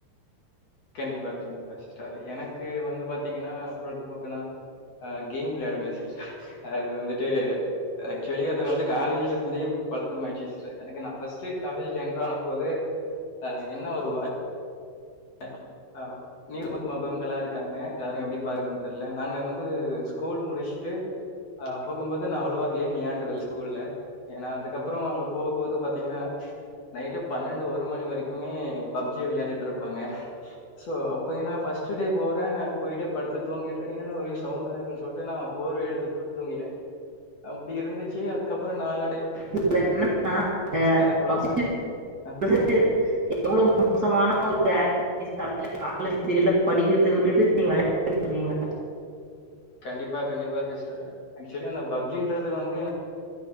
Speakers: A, on the left (about 50°); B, on the right (about 35°).
A: கண்டிப்பா கண்டிப்பா சிஸ்டர் எனக்கு வந்து பாத்தீங்கன்னா பொழுதுபோக்குனா அஹ் கேம் விளையாடுவே சிஸ் அது வந்துட்டு ஆக்சுவலி அது வந்து காலேஜ்ல இருந்தே பழக்கமாயிட்சி சிஸடர் எனக்கு நா ஃபஸ்ட்டு காலேஜ்ல என்டர் ஆன போது அஹ் என்ன ஒரு வ அஹ் அ நியூ மொகங்களா இருக்காங்க யாரயு எப்டி பாக்கருதுன்னு தெர்ல நாங்க வந்து ஸ்கூல் முடிச்ட்டு அஹ் போகும்போது நா அவ்வளோவா கேம் வெளையாண்டதில் ஸ்கூல்ல ஏன்னா அதுக்கப்பறொ அங்க போம்போது பாத்தீங்கன்னா நைட்டு பன்னெண்டு ஒரு மணி வரைக்குமே பப்ஜிய வெளையாண்டுட்ருப் ப்பாங்க சோ பாத்தீங்கனா ஃபஸ்ட்டு டே போறே போய்ட்டு படுத்து தூங்கிட்ருக்கே என்னடா ஒரே சவுண்டா இருக்கு சொல்டு நா போர்வைய எடுத்து போத்தி தூங்கிட்டே அப்டி இருந்துச்சு அதுக்கப்பறொ நாளா
B: இதுல என்னன்னா அஹ்
A: எல்லாம் குளோஸா அ
B: <inaudible> எவ்வளவு மோசமான <inaudible> ஆக்டிவிடீஸ் நட்க்குது காலேஜ் பீரியட்ல படிக்கிறத விட்டுட்டு நீங்க வெளயாண்டுட்ருக்கீங்க
A: கண்டிப்பா கண்டிப்பா சிஸ்டர் ஆக்சுவலி அந்த பப்ஜின்றது வந்து எனக்